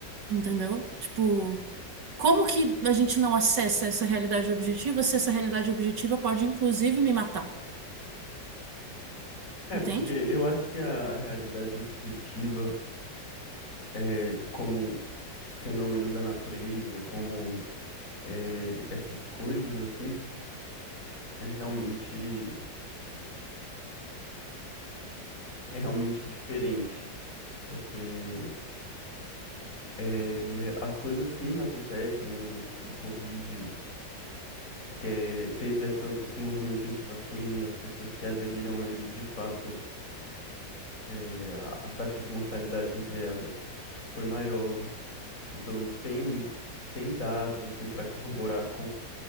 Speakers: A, on the right; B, on the left.
A: Entendeu? Tipo, como que a gente não acessa essa realidade objetiva se essa realidade objetiva pode, inclusive, me matar?
B: É,
A: Entende?
B: porque eu acho que a realidade objetiva. é, como fenômeno da natureza, como é, essas coisas assim, é realmente é realmente diferente, porque é, as coisas sim acontecem, o, o Covid que é, teve essa, esse movimento antivacina e as pessoas que aderiram a ele de fato, é, a, a taxa de mortalidade entre elas foi maior, então tem tem dados assim para corroborar